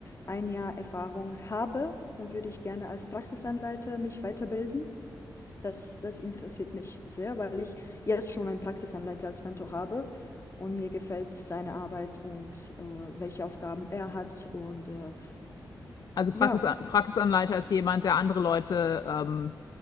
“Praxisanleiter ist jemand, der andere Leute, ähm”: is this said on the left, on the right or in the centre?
Left